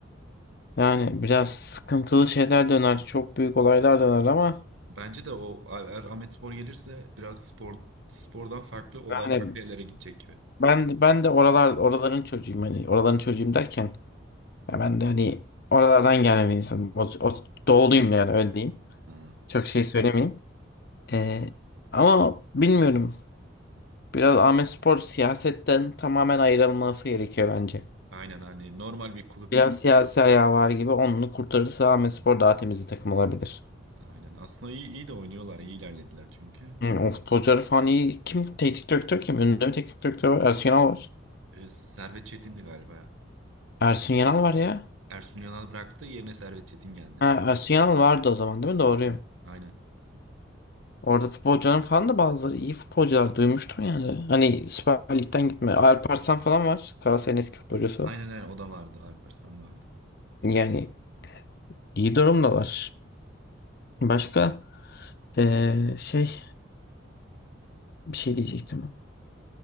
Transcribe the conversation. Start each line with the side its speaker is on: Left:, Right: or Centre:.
Left: Yani biraz sıkıntılı şeyler döner. Çok büyük olaylar döner ama
Right: Bence de o eğer Ahmetspor gelirse biraz spor spordan farklı olay
Left: yani
Right: farklı yerlere gidecek gibi.
Left: ben ben de oralar oraların çocuğuyum hani oraların çocuğuyum derken Ya ben de hani oralardan gelme bir insanım. O, o, doğuluyum yani öyle diyeyim.
Right: Ha,
Left: Çok şey söylemeyeyim. Ee, ama bilmiyorum. Biraz Ahmetspor siyasetten tamamen ayrılması gerekiyor bence.
Right: aynen hani normal bir kulüp.
Left: Biraz siyasi ayağı var gibi onu kurtarırsa Ahmetspor daha temiz bir takım olabilir.
Right: Aynen. Aslında iyi iyi de oynuyorlar. iyi ilerlediler çünkü.
Left: Hı, o futbolcuları falan iyi. Kim? Teknik direktör kim? Ünlü bir teknik direktör var. Ersun Yanal var.
Right: E, Servet Çetin'di galiba ya.
Left: Ersun Yanal var ya.
Right: Ersun Yanal bıraktı. Yerine Servet Çetin geldi.
Left: Ha, Ersun Yanal vardı o zaman değil mi? Doğruyum.
Right: Aynen. Aynen.
Left: Orada futbolcuların falan da bazıları iyi futbolcular duymuştum yani. Hani Süper Lig'den gitme. Alparslan falan var. Galatasaray'ın eski futbolcusu.
Right: Aynen aynen o da vardı. Alparslan da vardı.
Left: Yani iyi durumda var. Başka eee, şey bir şey diyecektim.